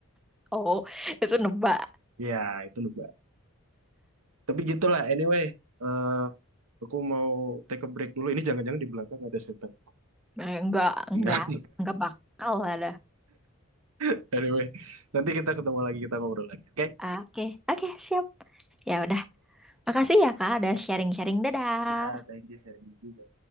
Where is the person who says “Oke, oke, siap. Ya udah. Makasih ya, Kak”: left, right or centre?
Centre